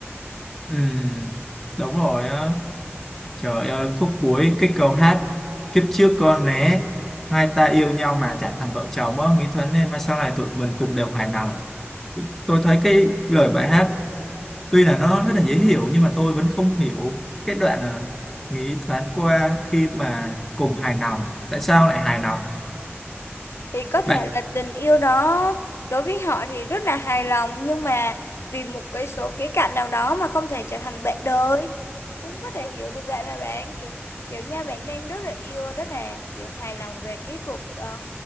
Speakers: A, in the centre; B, on the left.
A: Ừm, đúng rồi á trời ơi khúc cuối cái câu hát kiếp trước con né hai ta yêu nhau mà chẳng thành vợ chồng á nghĩ thoáng nên mà sau này tụi mình cũng đều hài lòng tôi thấy cái lời bài hát tuy là nó rất là dễ hiểu nhưng mà tôi vẫn không hiểu cái đoạn à, nghĩ thoáng qua khi mà cùng hài lòng tại sao lại hài lòng
B: thì có thể
A: bạn
B: là tình yêu đó đối với họ thì rất là hài lòng nhưng mà vì một cái số khía cạnh nào đó mà không thể trở thành bạn đời cũng có thể hiểu được vậy mà bạn kiểu kiểu nha bạn đang rất là yêu rất là kiểu hài lòng về cái cuộc ờ,